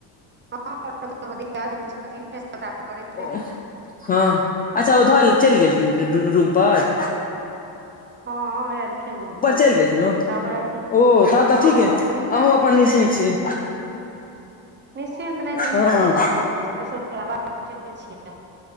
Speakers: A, on the right; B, on the left.
A: हॉं <inaudible> धिकार <inaudible>
B: ओ हॅं, अच्छा ओ धऽ चलि गेलखिन रू-रू-रूम पर?
A: हँऽ एलखिन रूम पर,
B: चलि गेलखिन ओ
A: तामर थी
B: ओ तब तऽ
A: हँऽ
B: ठीक अइ
A: हिनका
B: अहूँ
A: कनी,
B: अपन निश्चिन्त छी
A: ह निश्चिंत नहि छी, हिनका
B: हँ
A: दिक्कत भऽ जाइ छै, <inaudible> बात बुझै नैय छियै?